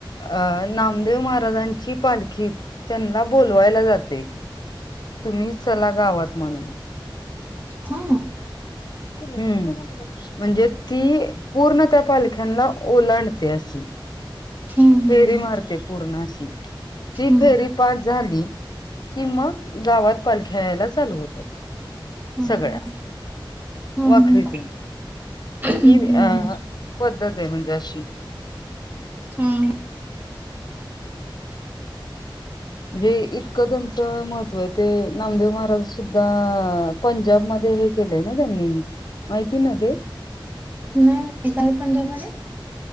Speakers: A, on the left; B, on the right.
A: अ नामदेव महाराजांची पालखी त्यांना बोलवायला जाते, तुम्ही चला गावात म्हणून.
B: हा
A: हम् म्हणजे ती पूर्ण त्या पालख्यांना ओलांडते अशी
B: हम्म हम्म
A: फेरी मारते पूर्ण अशी ती
B: हम्म
A: फेरी पाठ झाली कि, मग गावात पालख्या यायला चालू होतात
B: हम्म
A: सगळ्या.
B: हम्म हम्म
A: वखरीतून
B: हम्म
A: ही
B: हम्म
A: अ
B: हम्म
A: पद्धत आहे. म्हणजे अशी.
B: हम्म
A: जे इतकं त्यांचं महत्त्व आहे. ते नामदेव महाराज सुद्धा पंजाब मध्ये हे केलंय ना त्यांनी माहिती ना ते.
B: नाही माहिती काय पंजाबमध्ये.